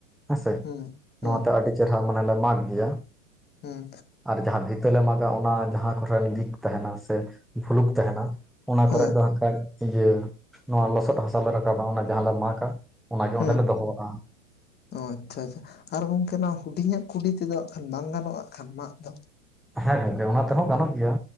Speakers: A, in the centre; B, on the left.
A: ᱦᱮᱸᱥᱮ
B: ᱦᱩᱸ ᱦᱩᱸ
A: ᱱᱚᱣᱟᱛᱮ ᱟᱹᱰᱤ ᱪᱮᱨᱦᱟ ᱢᱟᱱᱮ ᱞᱮ ᱢᱟᱜᱽ ᱜᱤᱭᱟ
B: ᱦᱩᱸ
A: ᱟᱨ ᱡᱟᱦᱟᱸ ᱵᱷᱤᱛ ᱛᱮᱞᱮ ᱢᱟᱜᱟ ᱚᱱᱟ ᱡᱟᱦᱟᱸ ᱠᱚᱨᱮ ᱞᱤᱠ ᱛᱟᱦᱮᱱᱟ ᱥᱮ ᱵᱷᱩᱞᱩᱠ ᱛᱟᱦᱮᱱᱟ ᱚᱱᱟ
B: ᱦᱩᱸ
A: ᱠᱚᱨᱮ ᱫᱚ ᱦᱟᱜ ᱠᱷᱟᱡ ᱤᱭᱟᱹ ᱱᱚᱣᱟ ᱞᱚᱥᱚᱫ ᱦᱟᱥᱟᱞᱮ ᱨᱟᱠᱟᱵᱟ ᱚᱱᱟ ᱡᱟᱦᱟᱸ ᱞᱮ ᱢᱟᱜᱟ ᱚᱱᱟᱜᱮ
B: ᱦᱩᱸ
A: ᱚᱸᱰᱮ ᱞᱮ ᱫᱚᱦᱚᱣᱟᱜᱼᱟ ᱾
B: ᱚ ᱟᱪᱪᱷᱟ ᱟᱪᱪᱷᱟ ᱟᱨ ᱜᱚᱝᱠᱮ ᱱᱟᱜ ᱦᱩᱰᱤᱧᱟᱜ ᱠᱩᱰᱤ ᱛᱮᱫᱚ ᱟᱜ ᱠᱷᱟᱱ ᱵᱟᱝ ᱜᱟᱱᱚᱜᱼᱟᱜ ᱠᱷᱟᱱ ᱢᱟᱜ ᱫᱚ?
A: ᱦᱮᱸ ᱜᱚᱝᱠᱮ ᱚᱱᱟ ᱛᱮᱦᱚᱸ ᱜᱟᱱᱚᱜ ᱜᱮᱭᱟ